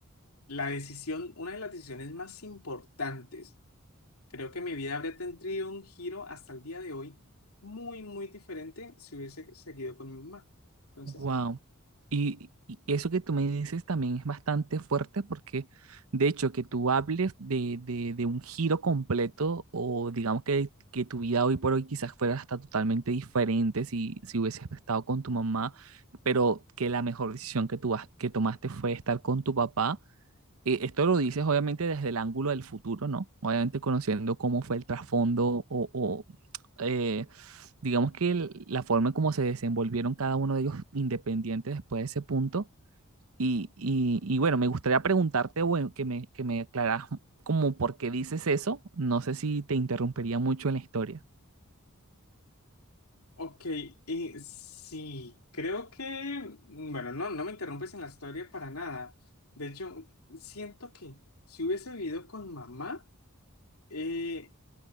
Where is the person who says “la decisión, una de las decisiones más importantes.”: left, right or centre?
Left